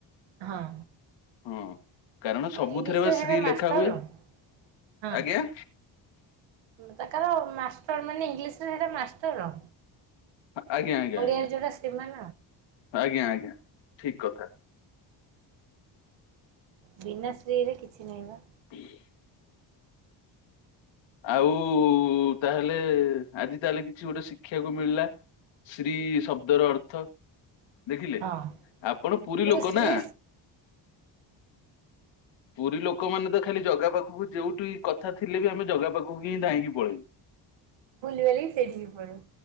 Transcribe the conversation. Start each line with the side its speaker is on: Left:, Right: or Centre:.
Right: ହଁ।
Left: ହଁ, କାରଣ ସବୁଥିରେ
Right: ଇଂଲିଶରେ
Left: ବା ଶ୍ରୀ
Right: ହେଟା
Left: ଲେଖା
Right: ମାଷ୍ଟର।
Left: ହୁଏ।
Right: ହଁ
Left: ଆଜ୍ଞା!
Right: ତାଙ୍କର ମାଷ୍ଟର ମାନେ ଇଂଲିଶ ରେ ସେଇଟା ମାଷ୍ଟର।
Left: ଆଜ୍ଞା ଆଜ୍ଞା
Right: ଓଡ଼ିଆରେ
Left: ଆଜ୍ଞା
Right: ଯୋଉଟା ଶ୍ରୀମାନ
Left: ଆଜ୍ଞା ଆଜ୍ଞା ଠିକ୍ କଥା।
Right: ବିନା ଶ୍ରୀ ରେ କିଛି ନାହିଁ ବା।
Left: <inaudible> ଆଉ ତାହେଲେ ଆଜି ତାହେଲେ କିଛି ଗୋଟେ ଶିଖିବାକୁ ମିଳିଲା। ଶ୍ରୀ ଶବ୍ଦର ଅର୍ଥ। ଦେଖିଲେ,
Right: ହଁ
Left: ଆପଣ ପୁରୀ
Right: ତେଣୁ
Left: ଲୋକ
Right: ସ୍ତ୍ରୀ
Left: ନା। ପୁରୀ ଲୋକମାନେ ତ ଖାଲି ଜଗା ପାଖକୁ ଯୋଉଠି କଥା ଥିଲେ ବି ଆମେ ଜଗା ପାଖକୁ ହିଁ ଧାଇଁକି ପଳେଇବୁ।
Right: ବୁଲିବାଲି କି ସେଇଠିକି ପଳେଇବୁ।